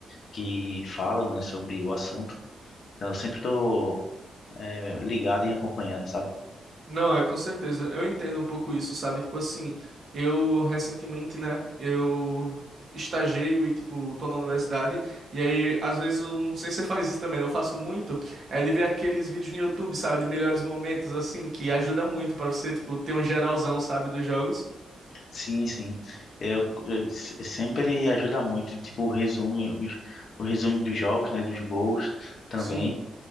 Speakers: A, on the left; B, on the right.
A: que falam, né, sobre o assunto. Então, eu sempre tô, eh, ligado e acompanhando, sabe?
B: Não, é com certeza. Eu entendo um pouco isso, sabe? Tipo assim, eu recentemente, né, eu estagiei e, tipo, tô na universidade, e aí, às vezes, eu não sei se você <laughs> faz isso também, né? eu faço muito, é de ver aqueles vídeos no YouTube, sabe? De melhores momentos, assim, que ajuda muito pra você, tipo, ter um geralzão, sabe, dos jogos.
A: Sim, sim. É, eu- eu se- sempre ajuda muito, tipo, o resumo, os, o resumo dos jogos, né, dos gols também.
B: Sim.